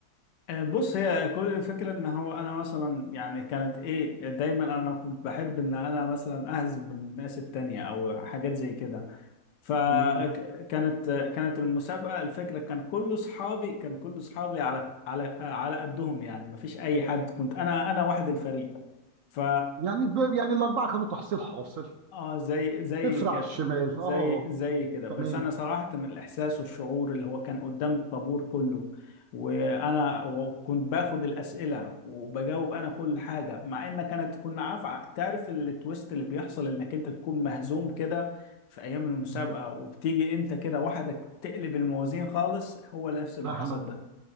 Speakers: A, on the left; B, on the right.
A: فبص هي كل الفكره ان هو انا مثلا يعني كانت ايه دايما انا كنت بحب ان انا مثلا اهزم من الناس التانية او حاجات زي كده فكانت
B: تمام
A: كانت المسابقه الفكره كان كل اصحابي كان كل اصحابي على على آه، على قدهم يعني مفيش اي حد كنت انا انا واحد الفريق ف
B: يعني ب... يعني الأربعة كانوا تحصيل حاصل
A: اه زي زي
B: صفر
A: كده
B: على الشمال
A: زي
B: اه
A: زي كده بس
B: تمام
A: انا صراحه كان الاحساس والشعور اللي هو كان قدام الطابور كله وانا وكنت باخد الاسئله وبجاوب انا كل حاجه مع ان كانت كنا عارف تعرف التويست اللي بيحصل انك انت تكون مهزوم كده في ايام المسابقه
B: مم.
A: وبتيجي انت كده وحدك تقلب الموازين خالص هو نفس اللي
B: فاهمك
A: حصل ده